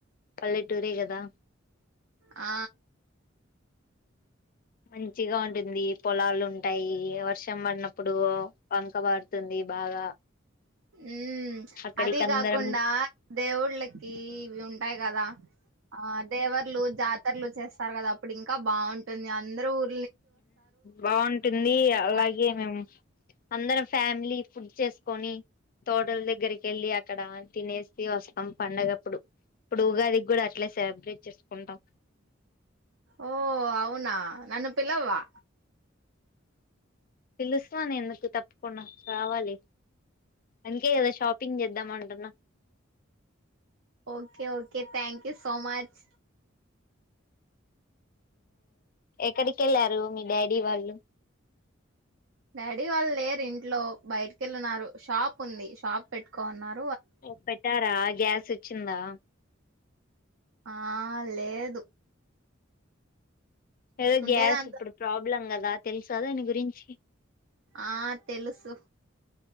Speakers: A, on the left; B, on the right.
A: పల్లెటూరే కదా
B: ఆ
A: మంచిగా ఉంటుంది పొలాలు ఉంటాయి వర్షం పడినప్పుడు వంక పారుతుంది బాగా
B: ఉ
A: అక్కడికి
B: అది
A: అందరం
B: కాకుండా దేవుళ్ళకి ఇవి ఉంటాయి కదా ఆ దేవర్లు జాతరలు చేస్త కదా అప్పుడు ఇంకా బాగుంటుంది అందరూ ఊ
A: బాగుంటుంది
B: చేస్తారు.
A: అలాగే మేము అందరం ఫ్యామిలీ ఫుడ్ చేసుకొని తోటల దగ్గరకి వెళ్ళి అక్కడ తినేసి వస్తాం పండగప్పుడు ఇప్పుడు ఉగాదికి కూడా అట్లా సెలబ్రేట్ చేసుకుంటాం
B: ఓ అవునా నన్ను పిలవవా
A: పిలుస్తాను ఎందుకు తప్పకుండా రావాలి అందుకే కదా షాపింగ్ చేద్దామ అంటున్నా
B: okay okay thank you so much
A: ఎక్కడికి వెళ్ళారు మీ డాడీ వాళ్ళు
B: డాడీ వాళ్ళు లేరు ఇంట్లో బయటికెళ్ళున్నారు షాప్ ఉంది షాప్ పెట్టుకోన్నారు
A: ఓ పెట్టారా గ్యాస్ సి వచ్చిందా
B: ఆ లేదు
A: ఏదో
B: ఉండేదాంట్లో
A: గ్యాస్ ఇప్పుడు ప్రాబ్ల ఇబ్లం కదా తెలుసా దాని గురించి
B: ఆ తెలుసు